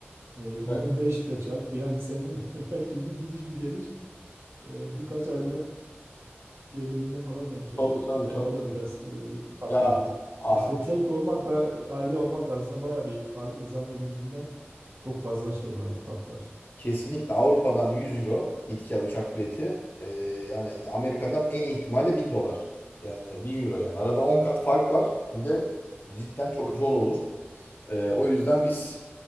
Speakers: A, on the right (about 80°); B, on the left (about 55°).
A: E,
B: Evet.
A: bunu 5 ile çarp yani senin <laughs> belki bir gidiş bir geliş e, birkaç aylık gelirine falan denk gelir.
B: Tabii tabii
A: Yani
B: tabii.
A: o da biraz e, fark
B: Ya
A: ediyor.
B: a-
A: Ya İşte tek olmakla aile olmak arasında baya bir fark zannedildiğinden çok fazla şey var, fark var.
B: kesinlikle Avrupa'dan 100 euro git gel uçak bileti. Ee, yani Amerika'dan en iyi ihtimalle 1000 dolar. Yani 1000 euro yani. Arada 10 kat fark var. Bir de cidden çok zor olur. Ee, o yüzden biz